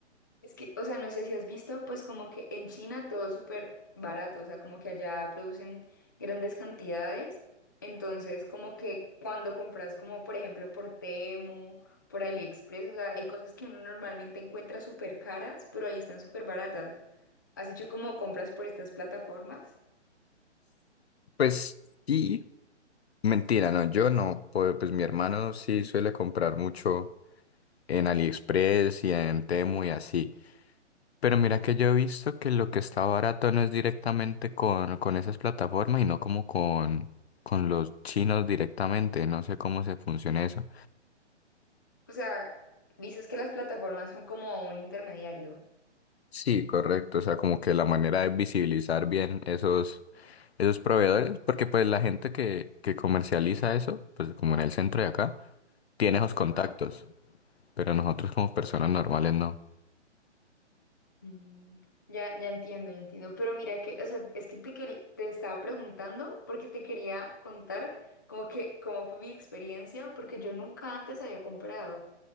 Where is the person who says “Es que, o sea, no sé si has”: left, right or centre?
Left